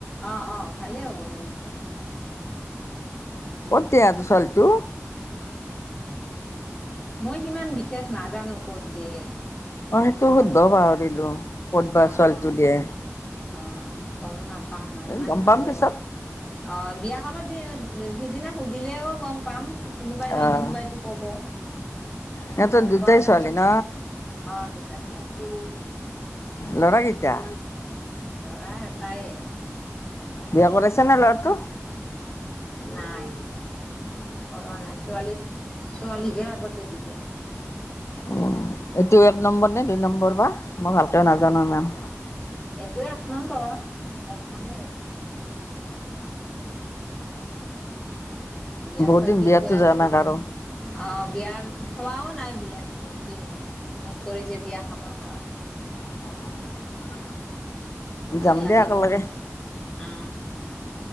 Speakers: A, on the left (about 20°); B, on the left (about 65°).
A: অ', অ' ভালে হ'ব সেনেকে।
B: <unintelligible> ছোৱালিটো।
A: মই সিমান বিশেষ নাজানো কত দিয়ে।
B: মই সেইটো
A: গম
B: সুধবাও পাহৰিলো ক'ত বা
A: অ'
B: ছোৱালীটো দিয়ে।
A: অ', গম নাপাওঁ মই ইমান
B: গম
A: ভালদৰে
B: পাম পিছত
A: অ' বিয়া খাবা সিদিনা সুধিলেও গম পাম কোনোবাই নহয়
B: আহ
A: কোনোবাইটো কব। এনেকে
B: সিহঁতৰ
A: গম
B: দুটাই
A: পোৱা যাব
B: ছোৱালী ন
A: অ ' দ ছোৱালী
B: ল'ৰা কেইটা
A: দৰা এটায়ে।
B: বিয়া কৰাইছা নে ল'ৰাটো?
A: নাই, কৰো নাই ছোৱালী ছোৱালীক হে আগতে দিব।
B: উম এইটো এক নম্বৰ নে দুই নম্বৰ বা মই ভালকৈ নাজানো ইমান।
A: এইটো এক নম্বৰ, এক নম্বৰ এইটো বিয়াত
B: বহুত
A: বা
B: দিন
A: কি
B: বিয়াতো
A: খোৱায়
B: যোৱা নাই কাৰো
A: অ' বিয়া খোৱাও নাই বিয়াত বহুত দিন হ'ল, মনত পৰিছে বিয়া খাবৰ কাৰণে
B: <inaudible>
A: ভাল
B: যাম
A: লাগিব
B: দিয়া একেলগে।
A: আহ